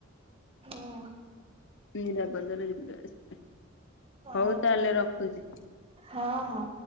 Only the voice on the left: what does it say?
ନିରାପଦରେ ଯିବେ ଆସିବେ
ହଉ ତାହେଲେ
ରଖୁଛି।